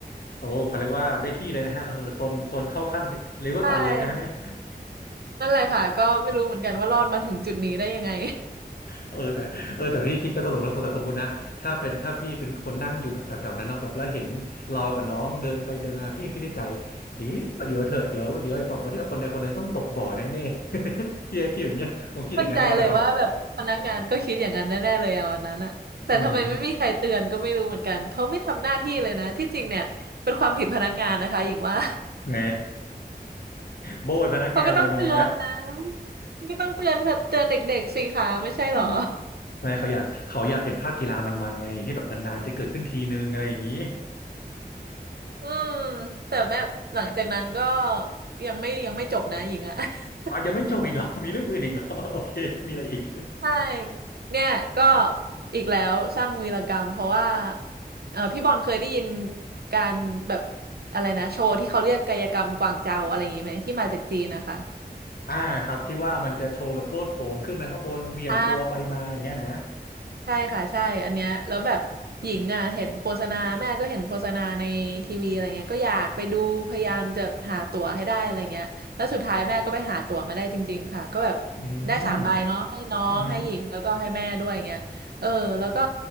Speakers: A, on the left (about 65°); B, on the right (about 70°).
A: โอ้เขาเรียกว่าได้ที่เลยนะฮะเออโซนโซนเข้าขั้นเลเวลตันเลยนะฮะเนี่ย
B: <laughs> ใช่
A: <laughs>
B: นั่นแหละค่ะก็ไม่รู้เหมือนกันว่ารอดมาถึงจุดนี้ได้ยังไง
A: เออแต่เออแต่พี่คิดก็ตลกนะสมแต่สมมุตินะถ้าเป็นถ้าพี่เป็นคนนั่งอยู่แบบแถวๆนั้นเนาะแบบแล้วเห็นเรากับน้องเดินไปเดินมาพี่ยังคิดในใจเดียวเดี๋ยวเถอะเดี๋ยวเดี๋ยวไอ้สองคนเนี้ยคนใดคนหนึ่งต้องตกบ่อแน่ๆ <laughs> พี่ก็คิดอย่างเงี้ยผมคิดอย่างนั้นแน่นอน
B: มั่นใจเลยว่าแบบพนักงานก็คิดอย่างนั้นแน่ๆเลยอะวันนั้นอะแต่ทำไมไม่มีใครเตือนก็ไม่รู้เหมือนกันเขาไม่ทำหน้าที่เลยนะที่จริงเนี่ยเป็นความผิดพนักงานนะคะหญิงว่า
A: อืมแหมโบยพนักงานเลยนะ
B: <laughs> เขาก็ต้องเตือนนะก็ต้องเตือนเตือนเด็กๆสิคะไม่ใช่เหรอ
A: <laughs> ไม่เขาอยากเขาอยากเห็นภาพกีฬามันๆไงที่แบบนานๆจะเกิดขึ้นทีนึงอะไรอย่างนี้
B: <laughs> อืมแต่แบบหลังจากนั้นก็ยังไม่ยังไม่จบนะหญิงอะ
A: <laughs>
B: <laughs>
A: อ๋อยังไม่จบอีกเหรอมีเรื่องอื่นอีกเหรอ <laughs> โอเคมีอะไรอีก
B: ใช่ เนี่ยก็อีกแล้วสร้างวีรกรรมเพราะว่าเออพี่บอลเคยได้ยินการแบบอะไรนะโชว์ที่เขาเรียกกายกรรมกวางเจาอะไรอย่างนี้ไหมที่มาจากจีนนะคะ
A: อ่าครับที่ว่ามันจะโชว์แบบโลดโผนขึ้นไปข้างบนเหวี่ยงตัวไปมาอย่างเงี้ยนะ
B: ใช่ ใช่ค่ะใช่อันเนี้ยแล้วแบบหญิงอ่ะเห็นโฆษณาแม่ก็เห็นโฆษณาในทีวีอะไรเงี้ยก็อยากไปดูพยายามจะหาตั๋วให้ได้อะไรเงี้ยแล้วสุดท้ายแม่ก็ไปหาตั๋วมาได้จริงๆค่ะก็แบบ
A: อืม
B: ได้สามใบเนาะให้น้องให้หญิงแล้วก็ให้แม่ด้วยเงี้ยเออแล้วก็
A: อือหือ